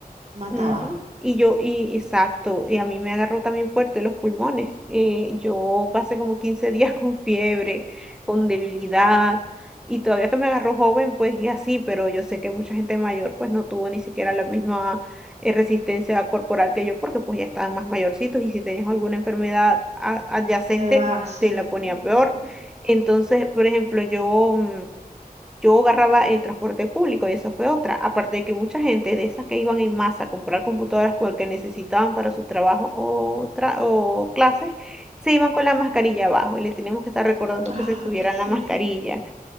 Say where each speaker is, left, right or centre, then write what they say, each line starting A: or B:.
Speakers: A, on the right; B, in the centre.
A: mataba.
B: Ujú. Y yo, y exacto, y a mí me agarró también fuerte los pulmones. Eh, yo pasé como 15 días <laughs> con fiebre, con debilidad, y todavía que me agarró joven, pues y así, pero yo sé que mucha gente mayor pues no tuvo ni siquiera la misma eh, resistencia corporal que yo, porque pues ya estaban más mayorcitos y si tenías alguna enfermedad a- adyacente,
A: de base.
B: te la ponía
A: Ujú.
B: peor. Entonces, por ejemplo, yo... mm, yo agarraba el transporte público y eso fue otra. Aparte de que mucha gente de esas que iban en masa a comprar computadoras porque necesitaban para su trabajo o, tra- o clases, se iban con la mascarilla abajo y les teníamos que estar recordando
A: Ay,
B: que se subieran
A: sí.
B: la mascarilla.